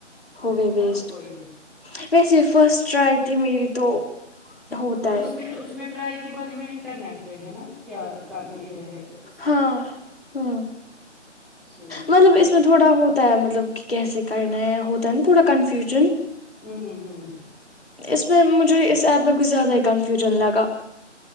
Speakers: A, on the left; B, in the centre.
A: ہو گئے ویسٹ
B: چلو کوئی نا
A: ویسے فرسٹ ٹرائی تھی میری تو ہوتا
B: وہ
A: ہے
B: اس میں اس میں ٹرائی کی بارے میں انٹرنیٹ پہ ہے نا کیا یہ ہے اس کا
A: ہاں ہوں
B: سننے
A: مطلب اس میں تھوڑا ہوتا ہے مطلب کہ کیسے کرنا ہے ہوتا ہے نا تھوڑا کنفیوژن
B: آ م ہمم ہمم
A: اس میں مجھے اسس ایپ میں کچھ زیادہ ہی کنفیوژن لگا